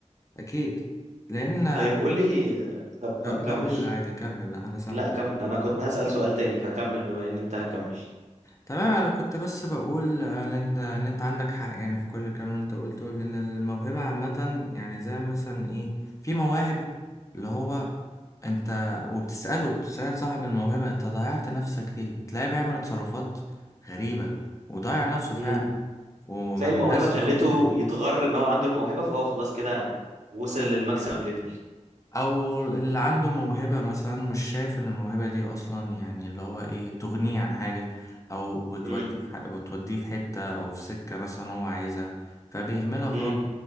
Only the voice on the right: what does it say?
طيب قول لي طب آه
كمل
لا كمل انا كنت هسأل سؤال تاني فكمل بما ان انت هكمل
امم
زي الموهبة
خلته
يتغر ان هو عنده الموهبة فهو خلاص كده وصل للماكسيمم ليفل
امم
امم